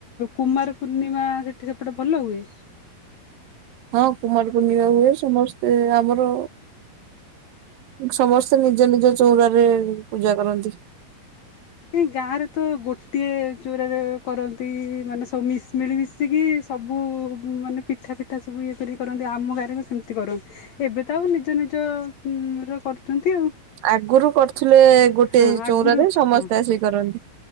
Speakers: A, on the left (about 65°); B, on the right (about 75°).
A: କୁମାର ପୂର୍ଣ୍ଣିମା ସେଠି ସେପଟେ ଭଲ ହୁଏ।
B: ହଁ କୁମାର ପୂର୍ଣ୍ଣିମା ହୁଏ ସମସ୍ତେ ଆମର ସମସ୍ତେ ନିଜ ନିଜ ଚଉଁରାରେ ପୂଜା କରନ୍ତି।
A: ଏଇ ଗାଁରେ ତ ଗୋଟିଏ ଚୋରାରେ କରନ୍ତି ମାନେ ସବୁ ମିଶି ମିଲିମିଶିକି ସବୁ ମାନେ ପିଠା ପିଠା ସବୁ ଇଏ କରି କରନ୍ତି ଆମ ଗାଁରେ ସେମିତି କରନ୍ତି ଏବେ ତ ଆଉ ନିଜ ନି ନିଜ ର କରୁଛନ୍ତି ଆଉ।
B: ଆଗୁରୁ କରୁଥିଲେ ଗୋଟେ
A: ହଁ ଆଗରୁ
B: ଚଉରାରେ ସମସ୍ତେ
A: ହଁ
B: ଆସିକି କରନ୍ତି